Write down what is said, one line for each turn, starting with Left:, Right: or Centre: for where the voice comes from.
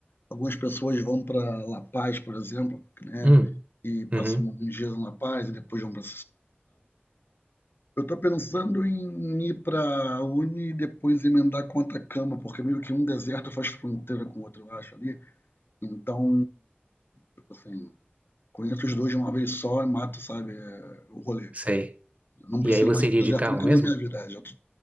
Left: algumas pessoas vão para La Paz, por exemplo, né,
Right: Hum,
Left: e passam
Right: uhum,
Left: alguns dias em La Paz e depois vão para Eu estou pensando em ir para Uni e depois emendar com Atacama, porque meio que um deserto faz fronteira com o outro, eu acho ali. Então, tipo assim, conheço os dois de uma vez só e mato, sabe, é, o rolê.
Right: sei.
Left: Não preciso
Right: E aí você
Left: mais ir
Right: iria
Left: para o deserto
Right: de carro
Left: nunca
Right: mesmo?
Left: na minha vida. é, já tô-